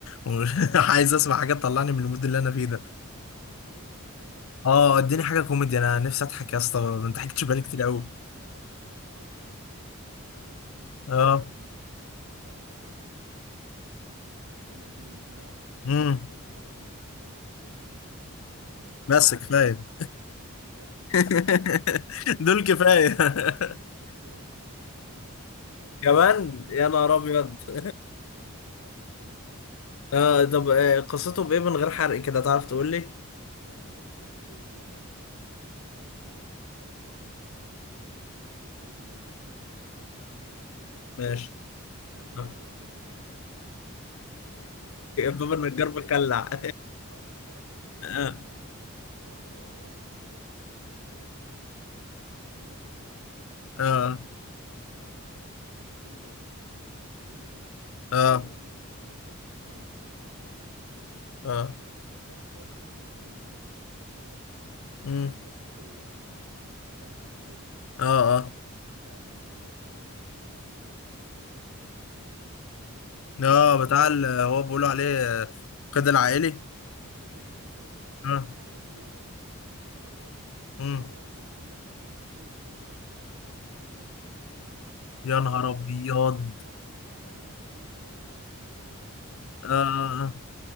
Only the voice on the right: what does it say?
ليك في ايه الكوميديا الاكشن
تحب
ايه
يا باشا عندك البعض الادب المأزوم بتاع كريم عبد العزيز ضحك
السنين شوف بقى يا باشا ضحك السنين فيه اقول لك مين اللي فيه بقى
م- كريم عبد العزيز ماجد الكدواني آه اسمها
ل- <laughs>
لو محمد ثروت كان بيظهر كده في لقطات فالدنيا
بص
اه
خراب خراب في الفيلم بصراحة
آه، في قصته ان هو متجوز دكتور دكتوره نفسيه بتتكلم عن العلاقه بين الراجل والست وازاي ان الناس يحافظوا على علاقتهم ب- بجوازهم ومراتاتهم
في نفس الوقت
هي في مشاكل بينها وبين جوزها ف- فهو
كان بيتخ
اه اه بالظبط بالظبط
كده اه <laughs> هو هو هو اصلا شغال صحفي وكان رايح يناقش آه، مشكله كده معينه
فكان راح راح كده عند مش فاكر كان راح للسجل اللي كان فيه ايه في السجل كده
وكلم مراته كانت بتتصل عليه تتخانق معاه في التليفون
إيه ده- إيه، سرح كده مع نفسه ودخل الاوضه اللي بتاعت السيرفرات
اللي بتاعت ال ال- بتاعت السجل
آه،
ده السجل اللي هو بتاع ال- السجل بتاع اللي هو بيسجلوا فيه الناس اللي اتجوزوا واللي اتطلقوا كده
فالسيرفرات
آه،
آه، بالظبط حاجه زي كده اه
فبقى السجل ضرب السيرفرات ضربت
فبقى الناس كلها ما فيش اي اثبات بقى ان فلان متجوز فلانه ولا فلان متجوز فلانه فالناس
كلها
اتطلقت فالشعب الشعب المصري كله اتطلق كده في في غمضه عين كده